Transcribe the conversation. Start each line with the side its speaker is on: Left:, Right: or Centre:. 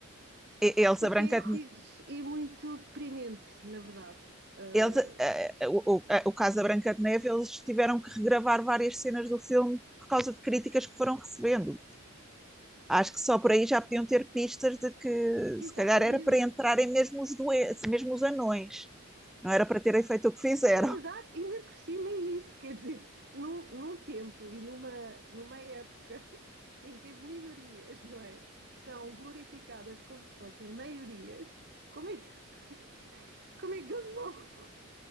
Centre: Eles,
Right: patéticos
Centre: a Branca de,
Right: e muito deprimentes, na verdade. Ah,
Centre: eles, uh, o, o, ah, o caso da Branca de Neve, eles tiveram que regravar várias cenas do filme por causa de críticas que foram recebendo. Acho que só por aí já podiam ter pistas de que
Right: exatamente.
Centre: se calhar era para entrarem mesmo os doentes, mesmo os anões. Não era para terem feito o que fizeram.
Right: É verdade, ainda por cima é isso, quer dizer, num, num tempo e numa, numa época <laughs> em que as minorias, não é, são glorificadas como se fossem maiorias, como é que, <laughs> como é que, como é que eles vão?